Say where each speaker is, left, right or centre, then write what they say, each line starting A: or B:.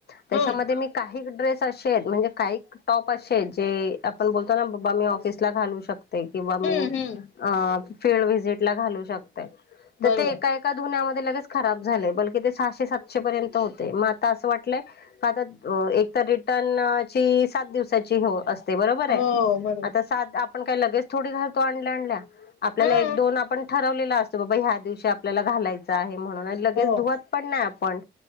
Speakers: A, on the left; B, on the left.
A: त्याच्यामध्ये
B: हम्म
A: मी काही एक ड्रेस! अशे म्हणजे काही टॉप असे आहेत जे आपण बोलतो ना बाबा मी ऑफिसला घालू शकतो. किंवा मी
B: हम्म हम्म.
A: अ फिड वीजिट ला घालू शकते तर
B: बरोबर.
A: ते एका? एका धुन्यामध्ये लगेच खराब झाले पण किती ते सहाशे सातशे पर्यंत होते मग आता असं वाटलय. आता एक तर रिटर्नची सात दिवसाची हो अस. ते बरोबर
B: हो
A: आहे
B: बरोबर.
A: आता सात आपण काय लगेच थोडी घालतो आणल्या आणल्या. आपल्याला
B: हां.
A: एक दोन आपण ठरवलेला असतो बाबा ह्या दिवशी आपल्याला. घालायचा आहे म्हणून लगेच
B: हो,
A: धुत पण नाही आपण